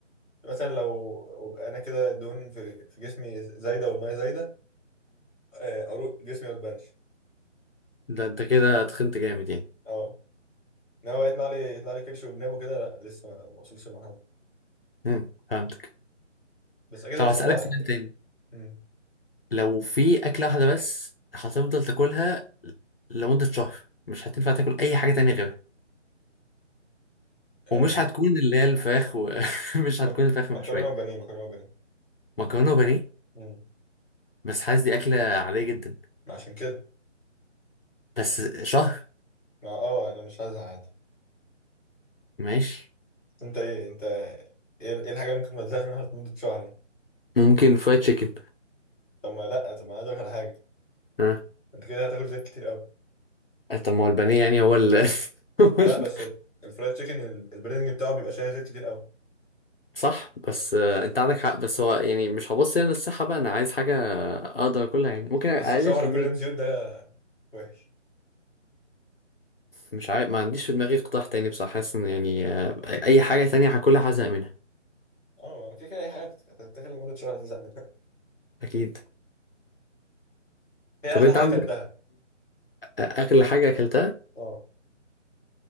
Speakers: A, in the centre; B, on the left.
A: مثلا لو وبقى انا كده الدهون في في جسمي زايده والميه زايده آه، اروق جسمي ما تبانش
B: ده انت كده تخنت جامد يعني
A: اه انما بقى يطلع لي يطلع لي كرش وجناب وكده لا لسه ما ما وصلش المرحله دي.
B: امم فهمتك
A: بس اكيد
B: طب
A: هوصل
B: هسألك
A: لها
B: سؤال
A: يعني
B: تاني
A: امم
B: لو في أكلة واحدة بس هتفضل تاكلها لمدة شهر مش هتنفع تاكل أي حاجة تانية غيرها
A: آه،
B: ومش
A: مك-
B: هتكون اللي هي الفراخ ومش <laughs> هتكون
A: مك-
B: الفراخ
A: مكرونه
B: من شوية
A: وبانيه مكرونه وبانيه
B: مكرونة وبانيه
A: امم
B: بس حاسس دي أكلة عادية جدا
A: عشان كده
B: بس شهر
A: ما- اه انا مش هزهق
B: ماشي
A: انت ايه انت ايه ايه الحاجه اللي ممكن ما تزهقش منها لمده شهر يعني
B: ممكن فرايد تشيكن
A: طب ما لا طب ما أنا ادخل على حاجه
B: ها
A: انت كده هتاكل زيت كتير قوي
B: طب ما هو البانيه يعني هو ال <laughs> هو
A: لا
B: ال-
A: بس الفرايد تشيكن ال- البريدنج بتاعه بيبقى شايل زيت كتير قوي
B: صح بس آه، انت عندك حق بس هو يعني مش هبص هنا للصحة بقى انا عايز حاجة اقدر اكلها يعني ممكن اقلل
A: بس شهر
B: الكمية
A: كل يوم زيوت ده وحش
B: مش عارف ما عنديش في دماغي قطاع تاني بصراحة حاسس ان يعني آه، اي حاجة تانية هاكلها هزهق منها
A: اه كده كده اي حاجه هتت- هتتاكل لمده شهر هتزهق منها
B: اكيد
A: <laughs> هي
B: طب
A: اغلى
B: انت
A: حاجه
B: عندك
A: اكلتها
B: آه، اغلى حاجة اكلتها
A: اه